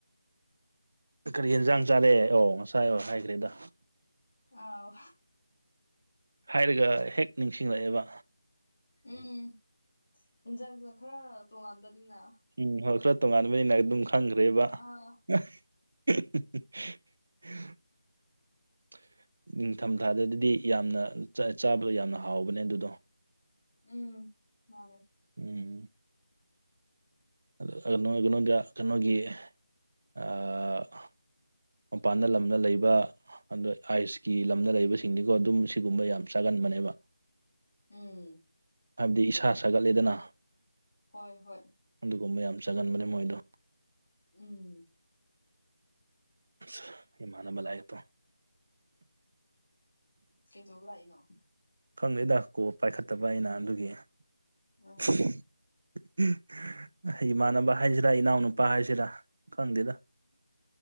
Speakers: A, on the right; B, on the left.
A: ꯀꯔꯤ ꯌꯦꯟꯖꯥꯡ ꯆꯥꯔꯛꯑꯦ ꯑꯣ ꯉꯁꯥꯏ ꯑꯣ ꯍꯥꯏꯈ꯭ꯔꯦꯗ
B: ꯑꯥꯎ
A: ꯍꯥꯏꯔꯒ ꯍꯦꯛ ꯅꯤꯡꯁꯤꯡꯂꯛꯑꯦꯕ
B: ꯎꯝ ꯏꯟꯖꯥꯡꯗꯨꯅ ꯈꯔ ꯇꯣꯉꯥꯟꯕꯅꯤꯅ
A: ꯎꯝ ꯍꯣꯏ ꯈꯔ ꯇꯣꯉꯥꯟꯕꯅꯤꯅ ꯑꯗꯨꯝ ꯈꯪꯈ꯭ꯔꯦꯕ
B: ꯑꯥ
A: <unintelligible> ꯅꯤꯡꯊꯝꯊꯥꯗꯗꯤ ꯌꯥꯝꯅ ꯆꯥꯕꯗꯣ ꯌꯥꯝꯅ ꯍꯥꯎꯕꯅꯦ ꯑꯗꯨꯗꯣ꯫
B: ꯎꯝ ꯃꯥꯅꯦ꯫
A: ꯎꯝ꯫ <unintelligible> ꯀꯩꯅꯣꯗ ꯀꯩꯅꯣꯒꯤ ꯑꯥ꯫ ꯃꯄꯥꯟꯗ ꯂꯝꯗ ꯂꯩꯕ꯫ ꯑꯗꯣ ꯑꯌꯨꯁꯀꯤ ꯂꯝꯗ ꯂꯩꯕꯁꯤꯡꯗꯤꯀꯣ ꯑꯗꯨꯝ ꯁꯤꯒꯨꯝꯕ ꯌꯥꯝ ꯆꯥꯒꯟꯕꯅꯦꯕ
B: ꯎꯝ
A: ꯍꯥꯏꯕꯗꯤ ꯏꯁꯥ ꯁꯥꯒꯠꯂꯦꯗꯅ
B: ꯍꯣꯏ ꯍꯣꯏ
A: ꯑꯗꯨꯒꯨꯝꯕ ꯌꯥꯝ ꯆꯒꯟꯕꯅꯦ ꯃꯣꯏꯗꯣ
B: ꯎꯝ
A: <unintelligible> ꯃꯅꯕ ꯂꯥꯢꯠꯇꯣ
B: ꯀꯩ ꯇꯧꯕ ꯂꯥꯛꯏꯅꯣ
A: ꯈꯪꯗꯦꯗ ꯀꯣ ꯄꯥꯏꯈꯠꯇꯕ ꯑꯩꯅ ꯑꯗꯨꯒꯤ
B: ꯎꯝ
A: <unintelligible> ꯏꯃꯥꯟꯅꯕ ꯍꯥꯏꯁꯤꯔꯥ ꯏꯅꯥꯎꯅꯨꯄꯥ ꯍꯥꯏꯁꯤꯔꯥ ꯈꯪꯗꯦꯗ